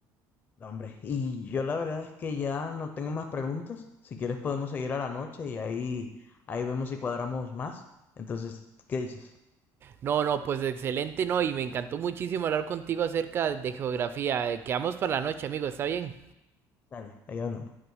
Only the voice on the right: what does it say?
No, no, pues excelente, no. Y me encantó muchísimo hablar contigo acerca de geografía. Eh, Quedamos para la noche, amigo. ¿Está bien?